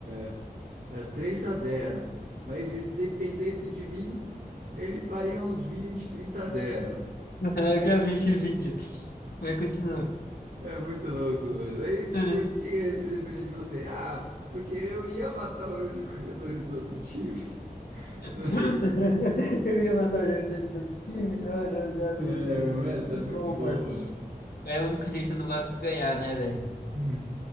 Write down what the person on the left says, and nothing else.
<laughs> Eu
já vi esse vídeo. Mas continua.
Mano,
<laughs> Eu ia matar o jogador de outro time. Mano, eu já
vi esse vídeo.
É muito
bom,
mano.
É o único jeito do Vasco ganhar, né, velho?